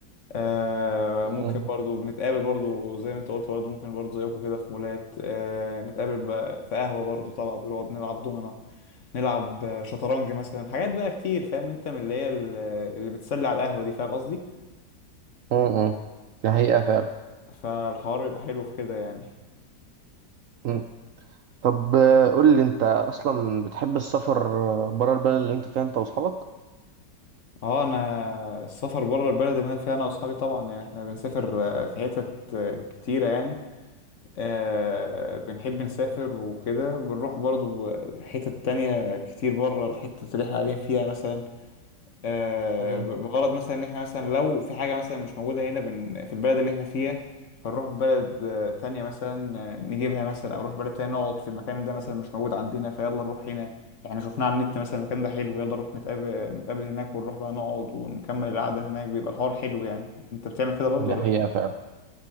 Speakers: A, on the left; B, on the right.
A: آه،
B: مم.
A: ممكن برضو بنتقابل برضو زي ما أنت قلت برضو ممكن برضو زيكم كده في مولات آه، نتقابل بقى في قهوة برضو طبعا بنقعد نلعب دومنا نلعب آه، شطرنج مثلا حاجات بقى كتير فاهم أنت من اللي هي اللي بتسلي على القهوة دي فاهم قصدي
B: مم. دي حقيقة فعلا
A: فالحوار يبقى حلو في كده يعني
B: مم. طب آه، قول لي انت اصلا بتحب السفر بره البلد اللي انت فيها انت واصحابك
A: اه انا السفر بره البلد اللي انا فيها انا واصحابي طبعا يعني احنا بنسافر آه، في حتت آه، كتيره يعني آه، بنحب نسافر وكده بنروح برضو حتت تانية كتير بره الحتة اللي احنا قاعدين فيها مثلا آه،
B: مم.
A: بغرض مثلا ان احنا مثلا لو في حاجه مثلا مش موجوده هنا بن- في البلد اللي احنا فيها فنروح بلد آه، تانية مثلا آه، نجيبها مثلا او نروح بلد تانية نقعد في المكان ده مثلا مش موجود عندنا فيلا نروح هنا يعني شفناه على النت مثلا المكان ده حلو يلا نروح نتقابل نتقابل هناك ونروح بقى نقعد ونكمل القعده هناك بيبقى الحوار حلو يعني انت بتعمل كده برضو
B: دي
A: ولا
B: حقيقة فعلا